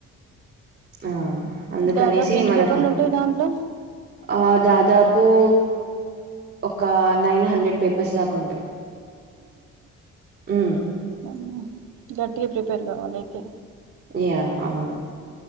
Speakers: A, on the right; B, on the right.
A: ఆ అందుకనేసి
B: దాదాపు ఎన్ని
A: మనకు
B: పేపర్లు ఉంటాయి దాంట్లో
A: ఆ దాదా ప్ ఒ ఒక నైన్ హండ్రెడ్ పేపర్స్ దాకా ఉంటాయి ఉ
B: అమ్మో గట్టిగా ప్రిపేర్ కావాలయితే
A: యా అవును